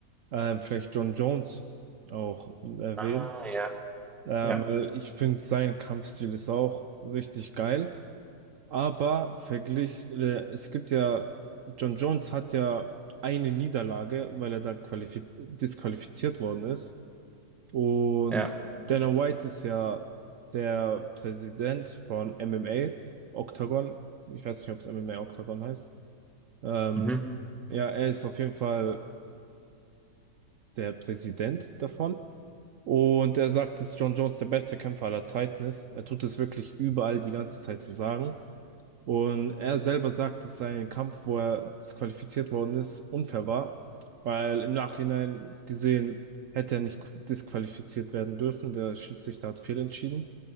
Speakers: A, on the right (about 60°); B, in the centre.
A: ähm, vielleicht Jon Jones auch erwähnen,
B: Ah, ja,
A: ähm,
B: ja,
A: weil ich finde, sein Kampfstil ist auch richtig geil. Aber verglich, äh, es gibt ja, Jon Jones hat ja eine Niederlage, weil er da qualifi- disqualifiziert worden ist. Und
B: ja.
A: Dana White ist ja der Präsident von MMA, Octagon. Ich weiß nicht, ob es MMA Octagon heißt. Ähm,
B: Mhm.
A: ja, er ist auf jeden Fall der Präsident davon. Und er sagt, dass Jon Jones der beste Kämpfer aller Zeiten ist. Er tut es wirklich überall die ganze Zeit zu sagen. Und er selber sagt, dass sein Kampf, wo er disqualifiziert worden ist, unfair war, weil im Nachhinein gesehen hätte er nicht disqualifiziert werden dürfen. Der Schiedsrichter hat fehlentschieden.